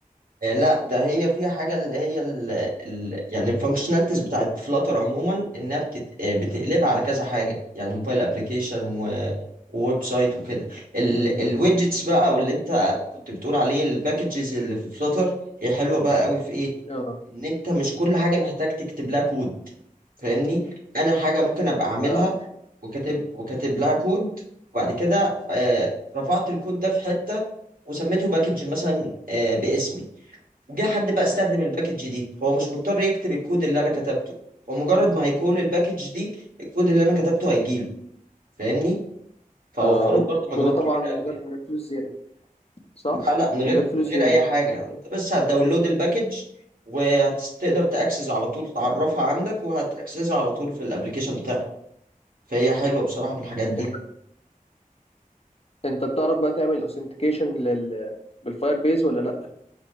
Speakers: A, on the right (about 80°); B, on the left (about 45°).
A: آه، لا ده هي فيها حاجة اللي هي ال ال يعني الفانكشناليتيز بتاعت فلاتر عموما انها بتت آه، بتقلبها على كذا حاجة يعني موبايل ابلكيشن وويب سايت وكده الويدجتس بقى واللي انت كنت بتقول عليه الباكجز اللي في فلاتر هي حلوة بقى قوي في ايه
B: اه
A: ان انت مش كل حاجة محتاج تكتب لها كود فاهمني انا حاجة ممكن ابقى اعملها
B: فعلا
A: وكاتب وكاتب لها كود وبعد كده آه، رفعت الكود ده في حتة وسميته باكج مثلا آه، باسمي جه حد بقى استخدم الباكج دي هو مش مضطر يكتب الكود اللي انا كتبته هو مجرد ما هيكول الباكج دي الكود اللي انا كتبته هيجيله فاهمني فوفرت
B: آه و-
A: برضو مجهود
B: وده طبعا
A: كبير
B: من
A: قوي
B: غير فلوس زياده صح
A: لا لا من غير
B: من غير فلوس
A: من
B: زياده
A: غير اي حاجه انت بس هتداونلود الباكج وهتقدر تاكسس على طول تعرفها عندك وهتاكسسها على طول في الابليكيشن بتاعك فهي حلوه بصراحه في الحاجات دي
B: انت انت بتعرف بقى تعمل اوثنتيكيشن لل بالفاير بيز ولا لا